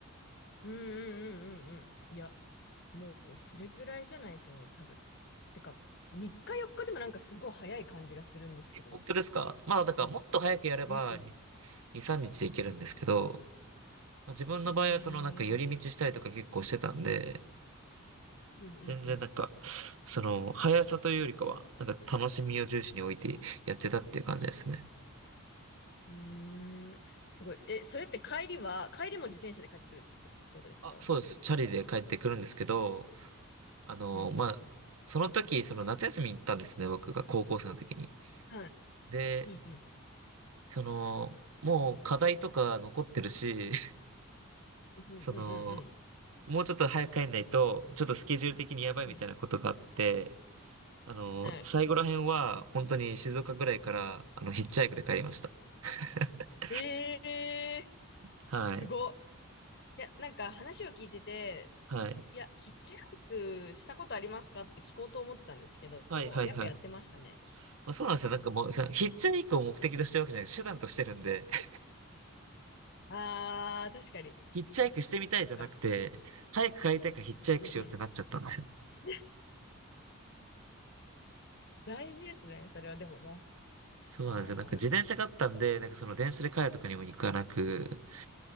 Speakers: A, on the left; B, on the right.
A: うんうんうんうんうん。いや、もうそれぐらいじゃないと多分。てか、3日4日でもなんかすごい早い感じがするんですけど。
B: 本当ですかまあ、だからもっと早くやれば2、
A: なんか。うん。
B: 3日でいけるんですけど、まあ、自分の場合はそのなんか寄り道したりとか結構してたんで、
A: ねえ。うんうんうん。
B: 全然なんか、その、速さというよりかは、なんか楽しみを重視に置いてやってたっていう感じですね。
A: うーん、すごい。え、それって帰りは、帰りも自転車で帰ってくるってことですか
B: あ、そうです。チャリで帰ってくるんですけど、あの、
A: うん。
B: まあ、その時、その夏休みに行ったんですね、僕が高校生の時に。
A: はい。
B: で、
A: うん、うん、
B: その、もう課題とか残ってるし、<laughs>
A: うん、うん、
B: その、
A: うん、うん。
B: もうちょっと早く帰んないと、ちょっとスケジュール的にやばいみたいなことがあって、
A: うん
B: あの、
A: はい。
B: 最後ら辺は本当に静岡ぐらいから、あの、ヒッチハイクで帰りました。<laughs>
A: えー、
B: はい。
A: すごっ。いや、なんか話を聞いてて、
B: はい。
A: いや、ヒッチハイクしたことありますかって聞こうと思ってたんですけど、
B: はい、はい、
A: やっぱやってましたね。
B: はい。まあ、そうなんですよ。なんかもう、そのヒッチハイクを目的としてるわけじゃなく手段としてるんで、<laughs>
A: あー、確かに。
B: ヒッチハイクしてみたいじゃなくて、
A: そっか。
B: 早く帰りたいからヒッチハイクしようってなっちゃったんですよ。
A: うんうん。<laughs> 大事ですね、それはでもね。
B: そうなんですよ。
A: あー。
B: なんか自転車があったんで、なんかその電車で帰るとかにも行かなく、